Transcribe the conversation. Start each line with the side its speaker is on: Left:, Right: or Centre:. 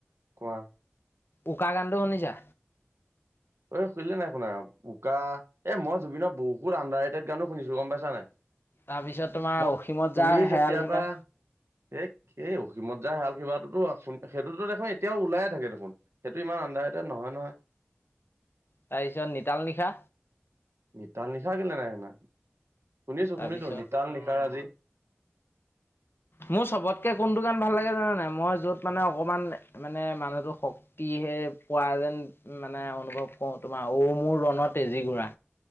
Right: কোৱা
Left: উকা গানটো শুনিছা?
Right: অহ 'শুনিলে নাই শুনা উকা এ মই জুবিনৰ বহুত আণ্ডাৰৰেটেড গানো শুনিছো গম পাইছা নাই?
Left: তাৰপিছত তোমাৰ
Right: মই
Left: অসীমত
Right: তুমি
Left: যাৰ হেৰাল
Right: যেতিয়াবা
Left: সীমা
Right: হে, সেই অসীমত যাৰ শালখিবাটোতো সেইটো দেখোন এতিয়াও ওলাইে থাকে দেখোন সেইটো ইমান আণ্ডাৰৰেটেড নহয় ন'।
Left: পিছত নিতাল নিশা?
Right: নিতাল নিশা কেলে নাই শুনা। শুনিছো
Left: তাৰপিছত
Right: শুনিছো নিতাল নিশা আজি
Left: মোৰ চবতকে কোনটো গান ভাল লাগে জানে নাই? মই যত মানে অকমান মানে মানুহতো শক্তিহে পোৱা যেন মানে অনুভৱ কৰোঁ তোমাৰ অ'মোৰ ৰণৰ তেজী ঘোৰা।